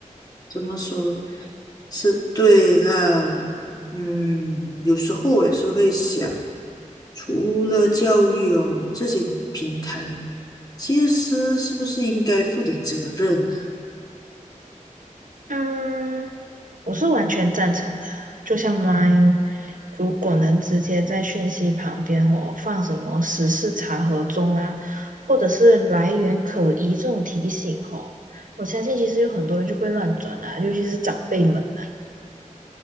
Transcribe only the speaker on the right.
嗯，我是完全赞成的啊就像 Line，如果能直接在讯息旁边或放什么时事查核中啊，或者是来源可疑这种提醒吼，我相信其实有很多人就不会乱转啦、尤其是长辈们啊。